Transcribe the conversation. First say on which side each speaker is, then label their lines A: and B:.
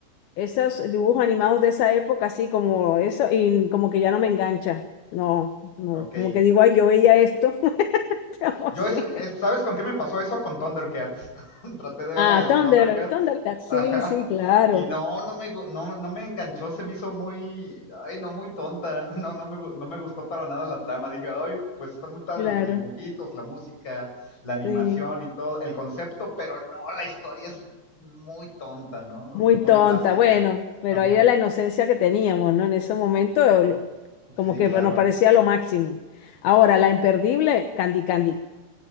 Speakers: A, on the left; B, on the left.
A: esos dibujos animados de esa época, así como eso, y como que ya no me engancha. No, no,
B: ok.
A: como que digo, ay, yo veía esto. <laughs> No
B: Yo,
A: sé.
B: es, es- ¿sabes con qué me pasó eso? Con Thundercats. <laughs> Traté de ver
A: Ah,
B: la de los
A: Thunder,
B: Thundercats.
A: Thundercats,
B: Ajá.
A: sí, sí, claro,
B: Y no, no me, gu- no, no me enganchó, se me hizo muy, ay, no, muy tonta. <laughs> No, no me, gu- no me gustó para nada la trama. Dije, ay, pues están muy padres
A: claro,
B: los dibujitos, la música, la animación
A: sí,
B: y todo, el concepto, pero no, la historia es muy tonta, ¿no? O
A: muy
B: sea, muy
A: tonta,
B: básica.
A: bueno, pero
B: Ajá.
A: ahí era la inocencia que teníamos, ¿no? En ese momento, lo- como
B: Sí,
A: que
B: claro.
A: nos parecía lo máximo. Ahora, la imperdible, Candy Candy.